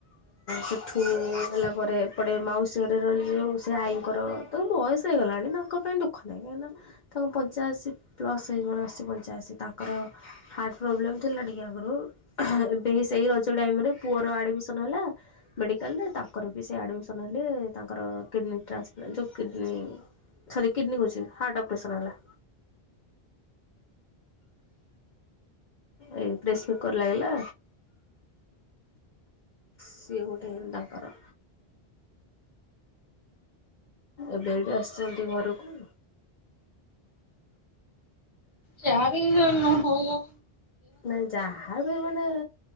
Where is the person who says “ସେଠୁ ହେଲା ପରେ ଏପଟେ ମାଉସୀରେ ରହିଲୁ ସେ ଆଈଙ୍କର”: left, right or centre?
Left